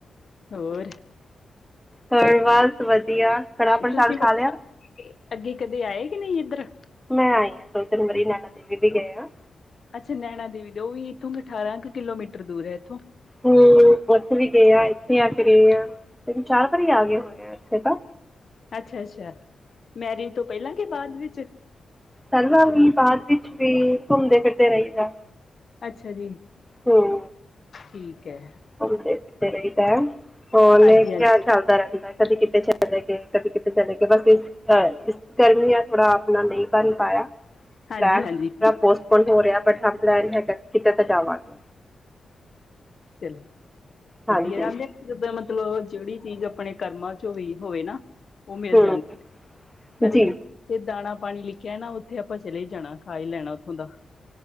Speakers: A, on the left; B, in the centre.
A: ਹੋਰ
B: ਹੋ ਬਸ ਵਧੀਆ ਕੜਾਹ ਪ੍ਰਸ਼ਾਦ
A: ਤੁਸੀਂ ਮਤਲਬ
B: ਖਾ ਲਿਆ?
A: ਅੱਗੇ ਕਦੇ ਆਏ ਕਿ ਨਹੀਂ ਇੱਧਰ।
B: ਮੈਂ ਆਈ ਹਾਂ ਦੋ ਤਿੰਨ ਵਾਰੀ ਨੈਨਾ ਦੇਵੀ ਦੇ ਗਏ ਆਂ।
A: ਅੱਛਾ ਨੈਨਾ ਦੇਵੀ ਦੇ ਉਹ ਵੀ ਇੱਥੋਂ ਅਠਾਰਾਂ ਕੁ ਕਿਲੋਮੀਟਰ ਦੂਰ ਹੈ ਇੱਥੋਂ।
B: ਹਮ ਉੱਥੇ ਵੀ ਗਏ ਆ, ਇੱਥੇ ਆ ਕੇ ਰਹੇ ਆ ਤੈਨੂੰ ਚਾਰ ਵਾਰੀ ਆ ਗਏ ਹੋਏ ਆ ਇੱਥੇ ਤਾਂ।
A: ਅੱਛਾ-ਅੱਛਾ ਮੈਰਿਜ ਤੋਂ ਪਹਿਲਾਂ ਕੇ ਬਾਦ ਵਿੱਚ?
B: ਸਰਵਾ ਵੀ ਬਾਅਦ ਵਿੱਚ ਵੀ ਘੁੰਮਦੇ ਫਿਰਦੇ ਰਹੀਦਾ।
A: ਅੱਛਾ ਜੀ।
B: ਹਮ
A: ਠੀਕ ਹੈ।
B: ਘੁੰਮਦੇ ਫਿਰਦੇ ਰਹੀਦਾ <unintelligible>
A: ਹਾਂਜੀ ਹਾਂਜੀ
B: ਚੱਲਦਾ ਰਹਿੰਦਾ ਕਦੀ ਕਿਤੇ ਚਲੇ ਗਏ, ਕਦੀ ਕਿਤੇ ਚਲੇ ਗਏ ਬਸ ਇਹ ਅ ਇਸ ਗਰਮੀਆਂ ਥੋੜਾ ਆਪਣਾ ਨਹੀਂ ਬਣ ਪਾਇਆ
A: ਹਾਂਜੀ
B: <unintelligible>
A: ਹਾਂਜੀ ਠੀਕ
B: ਹੁਣ ਹੋ ਰਿਹਾ ਬਟ ਹਾਂ ਪਲੈਨ ਹੈਗਾ ਕਿਤੇ ਤਾਂ ਜਾਵਾਂਗੇ।
A: ਚਲੋ ਤੇ
B: ਹਾਂਜੀ,
A: <unintelligible> ਜਿੱਦਾਂ ਮਤਲਬ ਜਿਹੜੀ ਚੀਜ਼ ਆਪਣੇ ਕਰਮਾਂ ਚੋਂ ਵੀ ਹੋਵੇ ਨਾ ਉਹ ਮਿਲ
B: ਹੂੰ
A: ਜਾਂਦੇ, ਨਾਲੇ
B: ਜੀ,
A: ਜਿ ਤੇ ਦਾਣਾ ਪਾਣੀ ਲਿਖਿਆ ਨਾ ਉੱਥੇ ਆਪਾਂ ਚਲੇ ਹੀ ਜਾਣਾ ਖਾ ਹੀ ਲੈਣਾ ਉੱਥੋਂ ਦਾ।